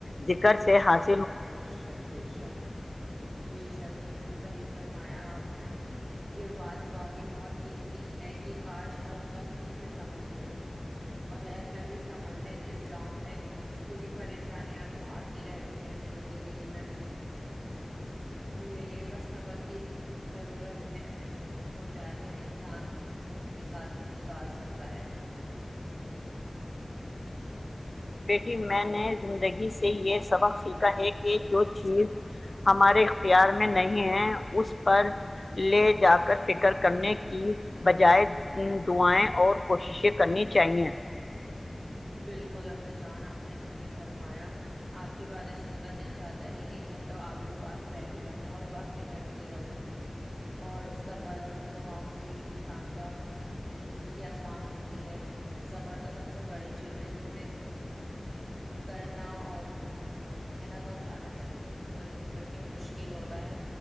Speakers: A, on the left; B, on the right.
A: ذکر سے ہاتص
B: بشب بیشب بے شک بالکل صحیح فرمایا آپ نے یہبات تو آ گئی بہت قیمت ہے کہ کاش ہر شخص اسے سمجھ لے اور ہرر شخصے سمجھ لے اسے جان لے کیونکہ پریشانیاں تو آتی رہتی ہیں زندگی میں زندگی مصبر کی ضرورت ہے ہو جائے تو انسان سکون کے ساتھ گزار سکتا ہے
A: بیٹی میں نے زندگی سے یہ سبق سیکھا ہے کہ جو چیز ہمارے اختیار میں نہیں ہے اس پر لے جا کر فکر کرنے کی بجائے دعائیں اور کوششیں کرنی چاہیے
B: بالکل امی جان آپ نے صحیح فرمایا آپ کی باتیں سن کر دل چاہتا ہے کہ ایک گھنٹوں آپ کے پاس بیٹتی رہوں اور باتیں کرتی رہوں اور صبر اور دعاؤں سے ہی انسان کا زندگی آسان ہوتی ہے صبر تو سب سے بڑی چیزیں جسے کرنا اور کہنا تو آسان ہوتا ہے پر صبر کر کے مشکل ہوتا ہے